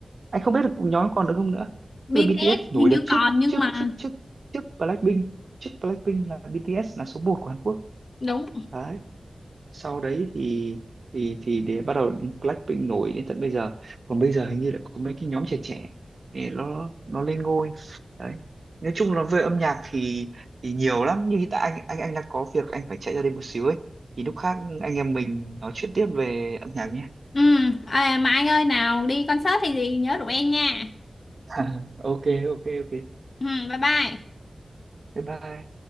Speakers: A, on the right (about 60°); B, on the left (about 55°).
A: anh không biết được nhóm còn được không nữa tức
B: BTS
A: là BTS thì nổi
B: hình như
A: đợt trước
B: còn nhưng
A: trước
B: mà
A: trước trước trước Blackpink trước Blackpink là BTS là số một của Hàn Quốc
B: đúng
A: đấy sau đấy thì thì thì để bắt đầu đến Blackpink nổi đến tận bây giờ còn bây giờ hình như lại có mấy cái nhóm trẻ trẻ để nó nó lên ngôi đấy nói chung là về âm nhạc thì thì nhiều lắm nhưng hiện tại anh anh anh đang có việc anh phải chạy ra đây một xíu ấy thì lúc khác anh em mình nói chuyện tiếp về âm nhạc nhé
B: ừ à, mà anh ơi nào đi concert thì gì nhớ rủ em nha
A: <laughs> ok ok ok
B: ừ, bye bye
A: bye bye